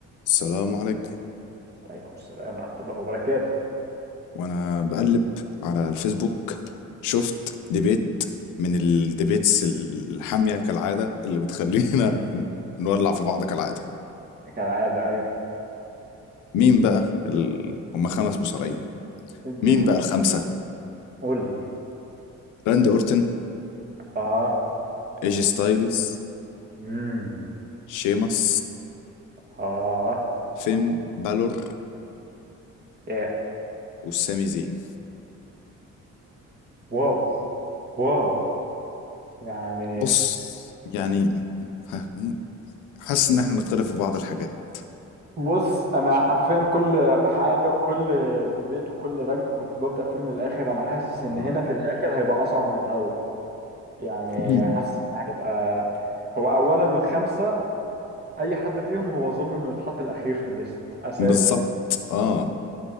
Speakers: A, on the left; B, on the right.
A: السلام عليكم
B: عليكم السلام ورحمة الله وبركاته
A: وانا بقلب على الفيسبوك شفت ديبيت من الديبيتس الحامية كالعادة اللي بتخلينا
B: مم.
A: <laughs> نولع في بعض كالعادة
B: كالعادة أي
A: مين بقى ال... هما خمس مصارعين
B: اديني
A: مين بقى الخمسة
B: قول لي
A: راندي اورتن
B: آه
A: ايجي ستايلز
B: مم.
A: شيمس
B: آه
A: فين بالور
B: يا
A: والسامي زين
B: واو واو يعني
A: بص يعني <laughs> ح- حاسس ان احنا نختلف في بعض الحاجات
B: بص أنا حرفيا كل حاجة وكل ديبيت وكل رانك كنت ببدأ فيه من الآخر أنا حاسس إن
A: آه.
B: هنا في الآخر هيبقى أصعب من الأول يعني
A: مم.
B: حاسس إن هيبقى هو أولا الخمسة أي حد فيهم هو ظلم إنه يتحط الأخير في الليست أساسا
A: بالظبط
B: يعني
A: اه